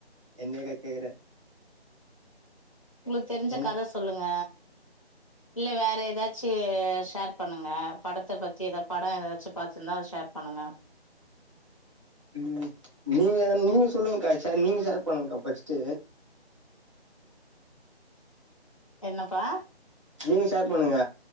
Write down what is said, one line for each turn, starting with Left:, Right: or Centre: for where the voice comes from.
Right: என்னக்கா கேக்குற
Left: உங்களுக்கு தெரிஞ்ச
Right: என்
Left: கத சொல்லுங்க இல்ல வேற எதா ச்சு ஷேர் பண்ணுங்க படத்த பத்தி எதா பட எதாச்சு பாத்துருந்தா அத ஷேர் பண்ணுங்க
Right: ம் நீங்க நீங்க சொல்லுங்க்கா நீங்க ஷேர் பண்ணுங்க்கா ஃபஸ்ட்டு
Left: என்னப்பா
Right: நீங்க ஷேர் பண்ணுங்க